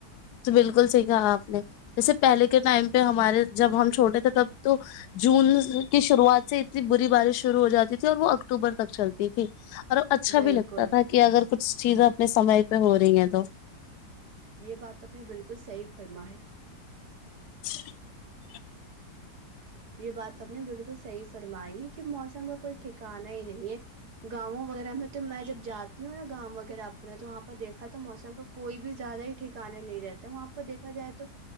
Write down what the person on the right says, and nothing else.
بالکل
یہ بات تو میں بالکل صحیح فرم
یہ بات نے بالکل صحیح فرمائی ہے کہ موسم کا کوئی ٹھیکا نہیں نہیں ہے گاؤں وغیرہ میں تو میں جب جاتی ہوں نا گاؤں وغیرہ اپنا تو وہاں پرہ دیکھا تو موسم کا کوئی بھی زیادہ ہی ٹھکانا نہیں رہتا وہاں پرہ دیکھا جائے تو